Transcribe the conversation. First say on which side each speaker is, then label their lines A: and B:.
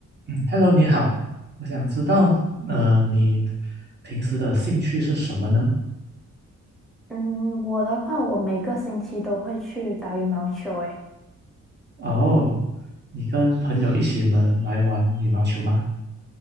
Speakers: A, on the right; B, in the centre.
A: 嗯，Hello，你好，我想知道，呃，你平时的兴趣是什么呢？
B: 嗯，我的话，我每个星期都会去打羽毛球，诶，
A: 哦，你跟朋友一起们来玩羽毛球吗？